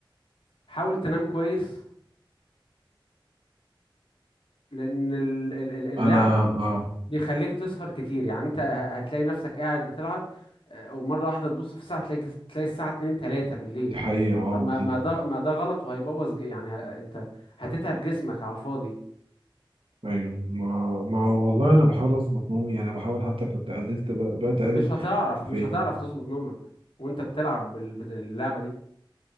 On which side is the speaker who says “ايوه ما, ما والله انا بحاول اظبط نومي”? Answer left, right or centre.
Right